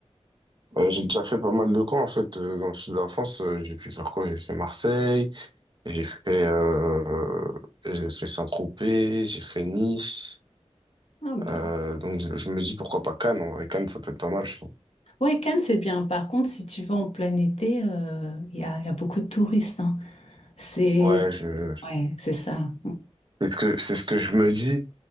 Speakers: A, on the right; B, on the left.
A: euh, j'ai déjà fait pas mal de camps, en fait, euh, dans le sud de la France. Euh, j'ai pu faire quoi? J'ai fait Marseille, j'ai fait, euh, j'ai fait Saint-Tropez, j'ai fait Nice.
B: Ah bien.
A: Euh, donc je, je me dis pourquoi pas Cannes, en vrai Cannes ça peut être pas mal je trouve.
B: Ouais, Cannes, c'est bien. Par contre, si tu vas en plein été, euh, il y a, il y a beaucoup de touristes. hein. C'est
A: Ouais, je
B: ouais, c'est ça.
A: c'est ce que c'est ce que je me dis